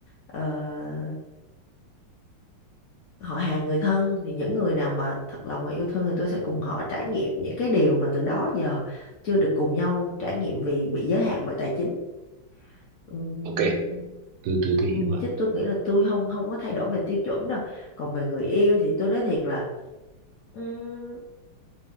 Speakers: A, on the left; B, on the right.
A: ờ, họ hàng người thân thì những người nào mà thật lòng và yêu thương thì tôi sẽ cùng họ trải nghiệm những cái điều mà từ đó giờ chưa được cùng nhau trải nghiệm vì bị giới hạn bởi tài chính Ừm,
B: ok tôi tôi tôi hiểu
A: ừm,
B: rồi
A: chứ tôi nghĩ là tôi không không có thay đổi về tiêu chuẩn đâu còn về người yêu thì tôi nói thiệt là ừm,